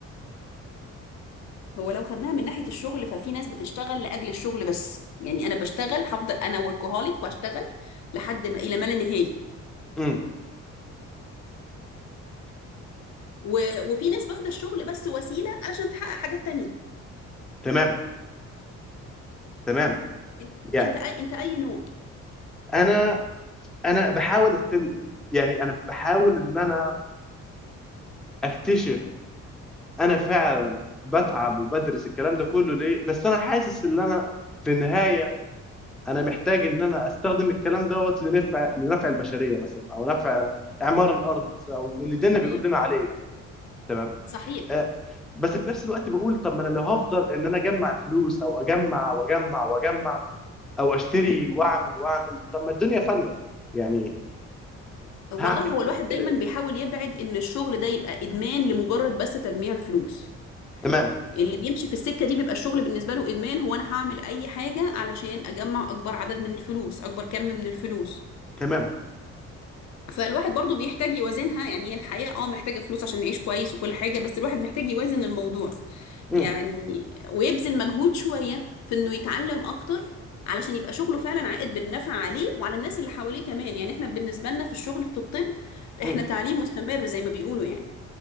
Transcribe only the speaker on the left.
هو لو خدناها من ناحيه الشغل ففي ناس بتشتغل لاجل الشغل بس يعني انا بشتغل هفضل انا وركهوليك واشتغل لحد ما الى ما لا نهايه
و- وفي ناس واخده الشغل بس وسيله علشان تحقق حاجات تانية
انت
انت أي- انت اي نوع
تمام
صحيح
امم
والله
هو الواحد
دايما
بيحاول يبعد ان الشغل ده يبقى ادمان لمجرد بس تجميع الفلوس
اللي بيمشي في السكة دي بيبقى الشغل بالنسبة له ادمان هو انا هعمل اي حاجة علشان اجمع اكبر عدد من الفلوس اكبر كم من الفلوس
فالواحد برضو بيحتاج يوازنها يعني هي الحياة اه محتاجة فلوس عشان نعيش كويس وكل حاجة بس الواحد محتاج يوازن الموضوع
يعني ويبذل مجهود شوية في انه يتعلم اكتر علشان يبقى شغله فعلا عائد بالنفع عليه وعلى الناس اللي حواليه كمان يعني احنا بالنسبة لنا في الشغل في الطب احنا
تعليم مستمر زي ما بيقولوا يعني